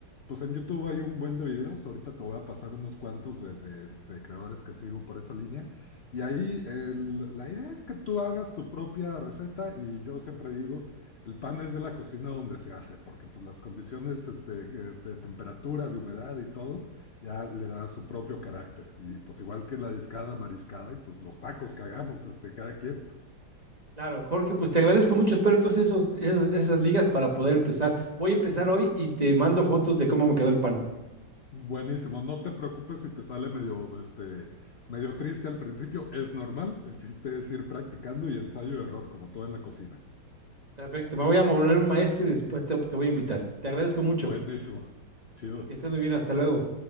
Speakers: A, on the left; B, on the right.
A: Pues en YouTube hay un buen de videos, ahorita te voy a pasar unos cuantos de, de, este, creadores que sigo por esa línea. Y ahí el- la idea es que tú hagas tu propia receta y yo siempre digo, el pan es de la cocina donde se hace, porque pues las condiciones este, que- de temperatura, de humedad y todo, ya le da su propio carácter. Y pues igual que la discada, mariscada y pues los tacos que hagamos, este, cada quien.
B: Claro, Jorge, pues te agradezco mucho. Espero entonces esos, esos- esas ligas para poder empezar. Voy a empezar hoy y te mando fotos de cómo me quedó el pan.
A: Buenísimo, no te preocupes si te sale medio, este, medio triste al principio, es normal. El chiste es ir practicando y ensayo y error, como todo en la cocina.
B: Perfecto, me voy a mover un maestro y después te, te voy a invitar. Te agradezco mucho.
A: Buenísimo, chido.
B: Que estés muy bien, hasta luego.